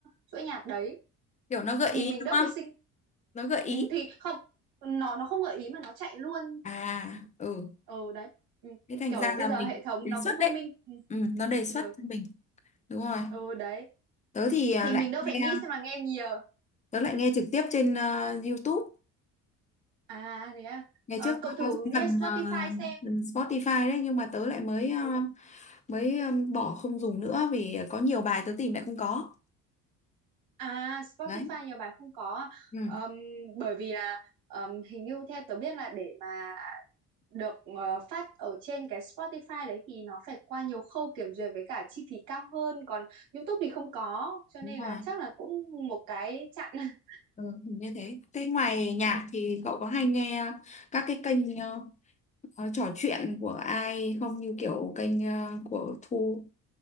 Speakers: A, on the right; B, on the left.
A: chuỗi nhạc đấy
B: kiểu nó gợi
A: thì
B: ý
A: mình
B: đúng
A: đỡ
B: không
A: phải sinh
B: nó gợi
A: ừ,
B: ý
A: thì không nó nó không gợi ý mà nó chạy luôn
B: À, ừ.
A: ừ đấy ừ,
B: Thế thành
A: kiểu
B: ra
A: bây
B: là
A: giờ
B: mình
A: hệ thống
B: đề
A: nó cũng
B: xuất
A: thông
B: đấy.
A: minh
B: Ừ, nó đề xuất
A: ừ,
B: cho mình. Đúng rồi.
A: ừ đấy
B: Tớ thì à,
A: thì
B: lại
A: mình đâu
B: nghe
A: phải nghĩ xem là nghe nhiều
B: tớ lại nghe trực tiếp trên à, YouTube.
A: À đấy à.
B: Ngày
A: Ờ,
B: trước
A: cậu
B: nó
A: thử
B: có cái
A: nghe
B: phần
A: Spotify
B: à,
A: xem.
B: phần Spotify đấy nhưng mà tớ lại mới à,
A: Ừ.
B: mới à, bỏ không dùng nữa vì có nhiều bài tớ tìm lại không có.
A: À Spotify
B: Đấy.
A: nhiều bài không có.
B: Ừ,
A: Ờm, bởi vì là ờm, hình như theo tớ biết là để mà được ờ, phát ở trên cái Spotify đấy thì nó phải qua nhiều khâu kiểm duyệt với cả chi phí cao hơn. Còn YouTube thì không có. Cho
B: đúng
A: nên
B: rồi.
A: là chắc là cũng một cái chặn. <laughs>
B: Ừ, hình như thế. Thế ngoài nhạc
A: Ừ.
B: thì cậu có hay nghe các cái kênh à, trò chuyện của ai không như kiểu kênh à, của Thu